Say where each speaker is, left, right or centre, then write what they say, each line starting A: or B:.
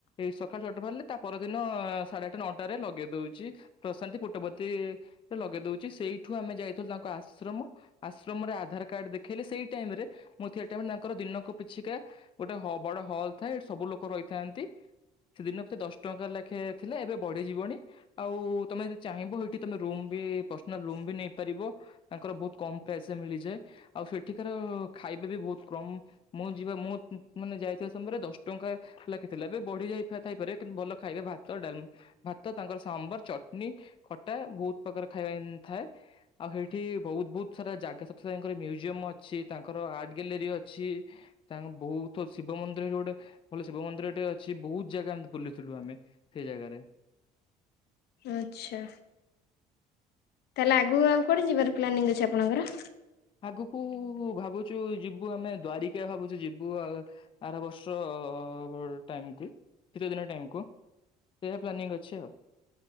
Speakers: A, on the left; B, on the left.
A: ଏଇ ସକାଳ ଛଅଟା ବାହାରିଲେ ତା ପରଦିନ ସାଢେ ଆଠ ନଅଟା ରେ ଲଗେଇ ଦଉଛି। ପ୍ରଶାନ୍ତି ପୁଟବତୀରେ ଲଗେଇ ଦଉଛି ସେଇଠୁ ଆମେ ଯାଇଥିଲୁ ତାଙ୍କ ଆଶ୍ରମ। ଆଶ୍ରମରେ ଆଧାର କାର୍ଡ ଦେଖେଇଲେ ସେଇ ଟାଇମରେ ମୁଁ ଟାଇମ ରେ ତାଙ୍କର ଦିନକୁ ପିଛିିକା ଗୋଟେ ହ ବଡ ହଲ୍ ଥାଏ ଏଠି ସବୁ ଲୋକ ରହିଥାନ୍ତି। ସେଦିନ ପ୍ରତି ଦଶ ଟଙ୍କା ଲେଖାଏ ଥିଲା ଏବେ ବଢିଯିବନି। ଆଉ ତମେ ଯଦି ଚାହିଁବ ସେଇଠି ତମେ ରୁମ ବି ପର୍ସନାଲ ରୁମ ବି ନେଇ ପାରିବ ତାଙ୍କର ବହୁତ କମ ପ୍ରାଇସରେ ମିଳିଯାଏ ଆଉ ସେଠିକାର ଖାଇବା ବି ବହୁତ କମ। ମୁଁ ଯିବା ମୁଁ ମାନେ ଯାଇଥିବା ସମୟରେ ଦଶ ଟଙ୍କା ଲାଗିଥିଲା ଏବେ ବଢିଯାଇ ଥାଇପାରେ କିନ୍ତୁ ଭଲ ଖାଇବେ ଭାତ ଡାଲ ଭାତ ତାଙ୍କର ସାମ୍ବର, ଚଟଣୀ, ଖଟା ବହୁତ ପ୍ରକାର ଖାଇବା ଥାଏ। ଆଉ ସେଇଠି ବହୁତ ବହୁତ ସାରା ଜାଗା ସତ୍ୟ ସାଇଙ୍କର ମ୍ୟୁଜିୟମ ଅଛି ତାଙ୍କର ଆର୍ଟ ଗ୍ୟାଲେରୀ ଅଛି। ତାଙ୍କ ବହୁତୁ ଶିବ ମନ୍ଦିର ଗୋଟେ ଭଲ ଶିବ ମନ୍ଦିରଟେ ଅଛି ବହୁତ ଜାଗା ଏମିତି ବୁଲୁଥିଲୁ ଆମେ। ସେଇ ଜାଗାରେ।
B: ଆଚ୍ଛା। ତାହେଲେ ଆଗକୁ ଆଉ କୁଆଡେ ଯିବାର ପ୍ଲାନିଂ ଅଛି ଆପଣଙ୍କର?
A: ଆଗୁକୁ ଭାବୁଛୁ ଯିବୁ ଆମେ ଦ୍ୱାରିକା ଭାବୁଛୁ ଯିବୁ ଆଉ। ଆର ବର୍ଷ ଅ ଟାଇମକୁ ଶୀତ ଦିନ ଟାଇମକୁ। ସେୟା ପ୍ଲାନିଂ ଅଛି ଆଉ।